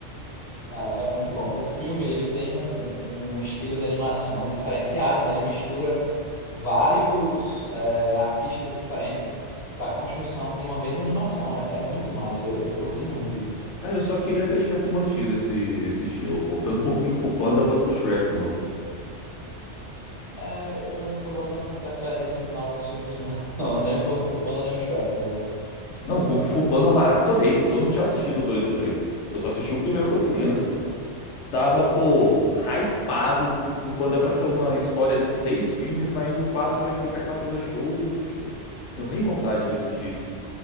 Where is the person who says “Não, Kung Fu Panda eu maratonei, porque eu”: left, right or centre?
Left